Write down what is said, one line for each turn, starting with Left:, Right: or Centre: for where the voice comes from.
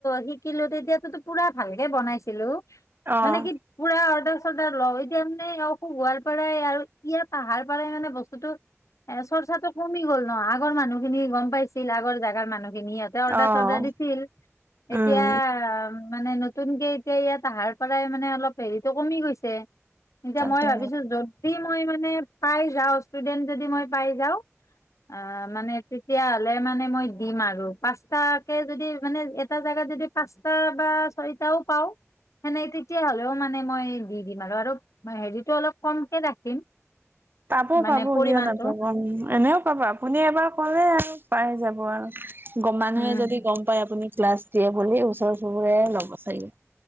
Left: শিকিলো তেতিয়াতো পুৰা ভালকে বনাইছিলো।
Right: অ',
Left: মানে কি পুৰা অৰ চডাৰ লওঁ এতিয়া মানে অসুখ হোৱাৰ পৰাই আৰু ইয়াত আহাৰ পৰাই মানে বস্তুটো, এ চৰ্চাটো কমি গ'ল ন আগৰ মানুহখিনি গম পাইছিল আগৰ জেগাৰ মানুহ সিহঁতে অৰ্ডাৰ
Right: অ',
Left: চৰ্ডাৰ দিছিল, এতিয়া
Right: উম,
Left: মানে নতুনকে এতিয়া ইয়াত আহাৰ পৰাই মানে অলপ হেৰিটো কমি গৈছে। এতিয়া
Right: তাকে
Left: মই ভাবিছো যদি মই মানে পাই যাওঁ ষ্টুডেন্ট যদি মই পাই যাওঁ অ মানে তেতিয়া মানে মই দিম আৰু পাঁচটাকে যদি মানে এটা জাগাত যদি পাঁচটা বা ছয়টাও পাওঁ, সেনে তেতিয়া হ'লেও মানে মই দি দিম আৰু আৰু হেৰিতটো অলপ কমকে ৰাখিম।
Right: পাব
Left: মানে
Right: পাব
Left: পৰিমাণটো
Right: কিয় নাপাব উ এনেও পাব আপুনি এবাৰ ক'লে আৰু পাই যাব আৰু। গম মানুহে
Left: উম
Right: যদি গম পায় আপুনি ক্লাছতিয়ে বুলি ওচৰ চবুৰীয়াই ল'ব চাগে